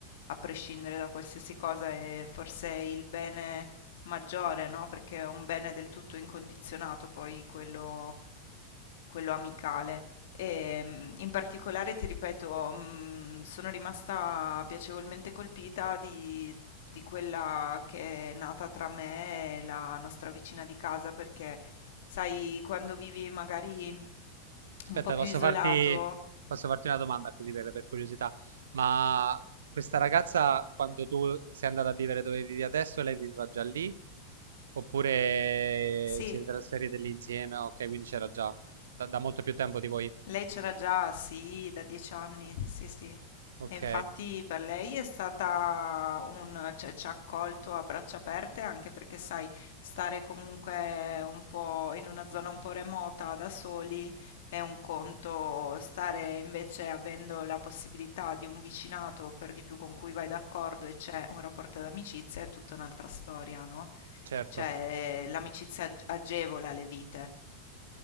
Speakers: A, on the left (about 55°); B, on the right (about 65°).
A: a prescindere da qualsiasi cosa, è forse il bene maggiore, no? Perché è un bene del tutto incondizionato, poi quello, quello amicale. E mh, in particolare, ti ripeto, mh, sono rimasta piacevolmente colpita di, di quella che è nata tra me e la nostra vicina di casa, perché sai, quando vivi magari
B: Aspetta,
A: un po' più
B: posso
A: isolato,
B: farti, posso farti una domanda così per, per curiosità. Ma questa ragazza, quando tu sei andata a vivere dove vivi adesso, lei viveva già lì? Oppure
A: sì,
B: siete trasferite lì insieme? Ok, quindi c'era già da, da molto più tempo di voi.
A: Lei c'era già, sì, da dieci anni, sì, sì.
B: Ok,
A: E infatti per lei è stata un, cioè, ci ha accolto a braccia aperte anche perché, sai, stare comunque un po' in una zona un po' remota da soli è un conto, stare invece avendo la possibilità di un vicinato per di più con cui vai d'accordo e c'è un rapporto d'amicizia è tutta un'altra storia, no?
B: certo.
A: Cioè, l'amicizia ag- agevola le vite,